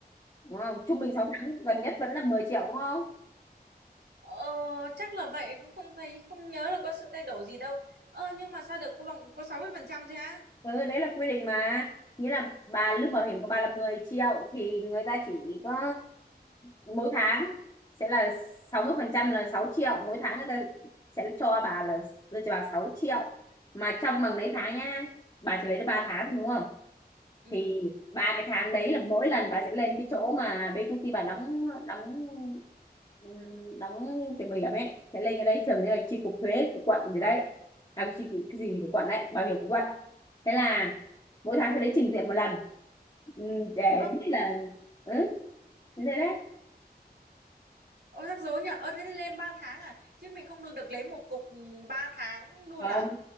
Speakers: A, on the left; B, on the right.
A: đúng không trung bình 6 tháng gần nhất vẫn là 10 triệu đúng không
B: Ờ, chắc là vậy cũng không thấy không nhớ là có sự thay đổi gì đâu. Ờ, nhưng mà sao được có bằng có 60% thế á?
A: ừ, đấy là quy định mà nghĩa là bà lương bảo hiểm của bà là 10 triệu thì người ta chỉ có mỗi tháng sẽ là 60 phần trăm là sáu triệu mỗi tháng người ta sẽ cho bà là đưa cho bà 6 triệu mà trong bằng lấy tháng nha bà chỉ lấy được ba
B: Ừ.
A: tháng đúng không
B: Ừ.
A: thì ba cái tháng đấy là mỗi lần bà sẽ lên cái chỗ mà BQT bà đóng đóng ừm, đóng cái bảo hiểm ấy sẽ lên cái đấy thường như là chi cục thuế của quận gì đấy à, chi cục- cái gì của quận đấy bảo hiểm của quận thế là mỗi tháng sẽ đến trình diện một lần Ừm, để
B: Ơ,
A: biết là ừ như thế đấy
B: ờ, rắc rối nhỉ. Ơ thế thì lên 3 tháng à? Chứ mình không được được lấy một cục ừ, 3 tháng luôn
A: không
B: à?